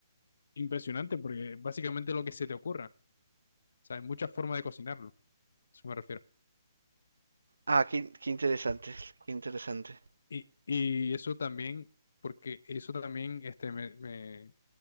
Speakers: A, on the left; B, on the right.
A: impresionante porque básicamente lo que se te ocurra. O sea, hay muchas formas de cocinarlo, a eso me refiero.
B: Ah, qué, qué interesante, qué interesante.
A: Y, y eso también, porque eso también, este, me, me-